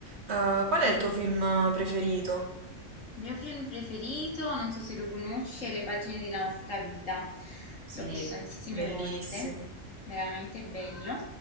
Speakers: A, on the right; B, on the left.
A: Uh, qual è il tuo film preferito?
B: Il mio film preferito, non so se lo conosci, è Le pagine della nostra vita.
A: Sì,
B: L'ho visto tantissime
A: bellissimo.
B: volte, veramente bello.